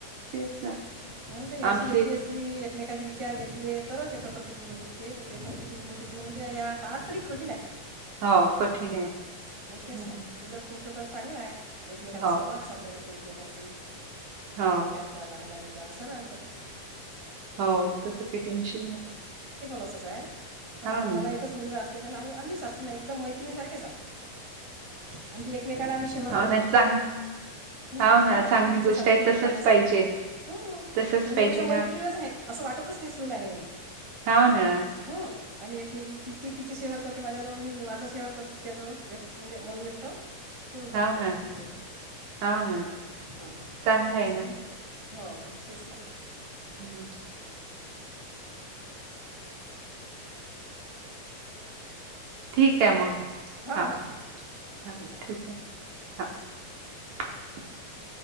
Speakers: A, on the right; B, on the right.
A: तेच ना.
B: होण हे अशी
A: आमचंही
B: एकी असली एकमेकाचे विचार घेतले तरच एकत्र कुटुंब टिकते नाही ते एकत्र कुटुंब टिकण म्हणजे या काातरी कठीण आहे
A: हो, कठीण आहे.
B: मग तेच
A: हं,
B: ना
A: हं.
B: उलट तुमच तर चांगलं आहे एकमेकाचा
A: हो,
B: संवाद साधले जाते एकमेकांशी
A: हो,
B: मोठ्यांचा लहानां <unintelligible> ण
A: हो. तसं काही टेन्शन नाही.
B: असच पण
A: हां
B: आता
A: ना.
B: मला एकच मुलगा अस आ च एकदम मैत्रिणी सारखे जा म्हणजे एकमेकाला आम्ही शेहर
A: हो
B: करतो
A: ना, चांग
B: ती
A: हो ना,
B: हा
A: चांगली
B: ती तिचं
A: गोष्ट
B: सांगते
A: आहे. तसंच
B: मी माझं सांगतो
A: पाहिजे.
B: ह
A: तसंच
B: म्हणजे
A: पाहिजे
B: जस मैत्रीणच
A: ना.
B: आहे अस वाटतच नाही सून आहे म्हणून
A: हव ना
B: हं. आम्ही एकमे गेली त ते तिचे शहर करते माझ्याजवळ मी माझं शहर करतो तिच्याजवळ व्यक्त म्हणजे मन व्यक्त करून टाकतो
A: हो
B: एकमे
A: ना,
B: तिझं
A: हो ना.
B: ह
A: चांगलं आहे ना.
B: ह हो तेस ना
A: हम्म ठीक
B: हां
A: आहे मग
B: बरं हां
A: हा
B: हां हां हां
A: हा
B: ठीक आहे
A: क ह